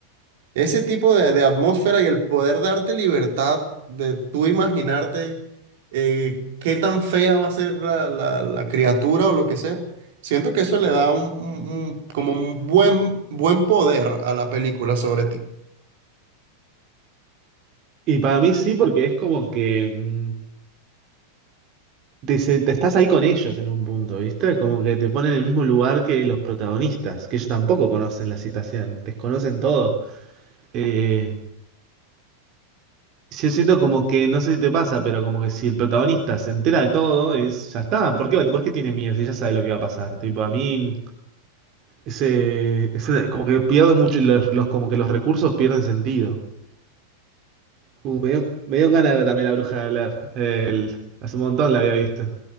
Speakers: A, on the right; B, on the right.
A: Ese tipo de, de atmósfera y el poder darte libertad de tú imaginarte eh, qué tan fea va a ser la, la- la criatura o lo que sea, siento que eso le da un, un- un- como un buen, buen poder a la película sobre ti.
B: Y para mí sí, porque es como que mm, te, se- te estás ahí con ellos en un punto, ¿viste? Como que te ponen en el mismo lugar que los protagonistas, que ellos tampoco conocen la situación, desconocen todo. Eh, yo siento como que, no sé si te pasa, pero como que si el protagonista se entera de todo, es, ya está. ¿Por qué, por qué tiene miedo si ya sabe lo que va a pasar? Tipo, a mí Ese, ese- como que pierde mucho, y los, los- como que los recursos pierden sentido. Uh, me dio, me dio ganas de ver también La Bruja de hablar hace un montón la había visto.